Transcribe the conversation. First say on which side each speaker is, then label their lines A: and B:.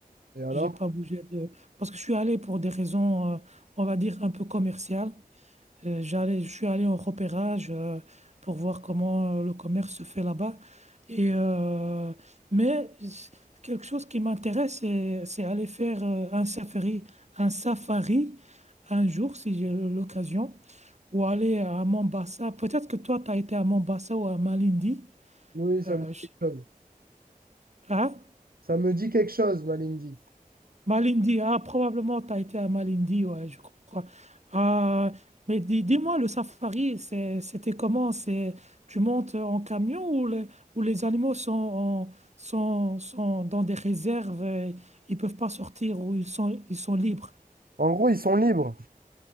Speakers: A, on the right; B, on the right.
A: Et alors?
B: J'ai pas bougé de... Parce que je suis allé pour des raisons, euh, on va dire, un peu commerciales. Euh, j'allais, je suis allé en repérage, euh, pour voir comment euh, le commerce se fait là-bas. Et, euh, mais c- quelque chose qui m'intéresse, c'est, c'est aller faire euh, un safari, un safari un jour, si j'ai l'occasion, ou aller à Mombasa. Peut-être que toi, tu as été à Mombasa ou à Malindi.
A: Oui, ça
B: Euh,
A: me dit
B: je-
A: quelque chose.
B: hein
A: Ça me dit quelque chose, Malindi.
B: Malindi, ah, probablement tu as été à Malindi, ouais, je crois. Ah, mais dis, dis-moi, le safari, c'est- c'était comment? C'est, tu montes en camion ou, le- ou les animaux sont, en- sont, sont dans des réserves, et ils peuvent pas sortir ou ils sont, ils sont libres?
A: En gros, ils sont libres.